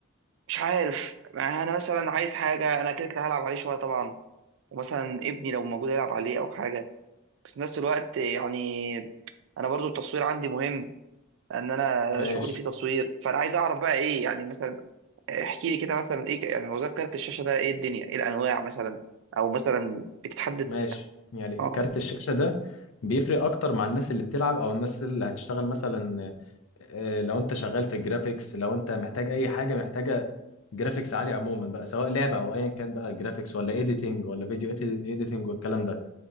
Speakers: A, on the right; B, on the left.
A: مش عارف ما انا مثلا عايز حاجه انا كده كده هلعب عليه شويه طبعا ومثلا ابني لو موجود يلعب عليه او حاجه بس في نفس الوقت يعني انا برضو التصوير عندي مهم ان انا
B: ماشي
A: شغلي فيه تصوير فانا عايز اعرف بقى ايه يعني مثلا آه، احكي لي كده مثلا ايه ك- يعني وظائف كارت الشاشه ده ايه الدنيا ايه الانواع مثلا او مثلا بتتحدد
B: ماشي يعني
A: اه
B: كارت الشاشة ده بيفرق أكتر مع الناس اللي بتلعب أو الناس اللي هتشتغل مثلا آه، لو أنت شغال في الجرافيكس لو أنت محتاج أي حاجة محتاجة جرافيكس عالي عموما بقى سواء لعبة أو أيا كان بقى جرافيكس ولا إيديتنج ولا فيديو إيديتنج والكلام ده